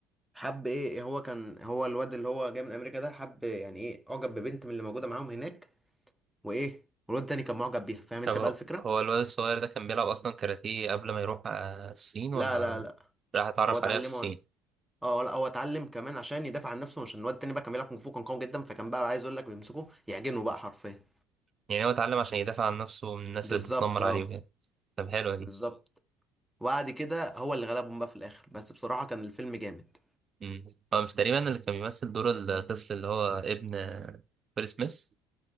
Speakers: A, in the centre; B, on the right.
A: حب ايه هو كان هو الواد اللي هو جاي من امريكا ده حب يعني ايه اعجب ببنت من اللي موجودة معاهم هناك وايه والواد التاني كان معجب بيها فاهم انت
B: طب هو
A: بقى الفكرة
B: هو الواد الصغير ده كان بيلعب أصلا كاراتيه قبل ما يروح آه، الصين
A: لا
B: ولا
A: لا لا
B: راح اتعرف
A: هو اتعلمه
B: عليها في الصين
A: اه لا هو اتعلم كمان عشان يدافع عن نفسه مش إن الواد التاني بقى كان بيلعب كونغ فو كان قوي جدا فكان بقى عايز اقول لك بيمسكوه يعجنه بقى حرفيا
B: يعني هو اتعلم عشان يدافع عن نفسه من الناس
A: بالظبط
B: اللي بتتنمر
A: اه
B: عليه وكده طب حلوة دي
A: بالظبط وبعد كده هو اللي غلبهم بقى في الاخر بس بصراحة كان الفيلم جامد
B: مم. هو مش تقريبا اللي كان بيمثل دور الطفل اللي هو ابن ويل سميث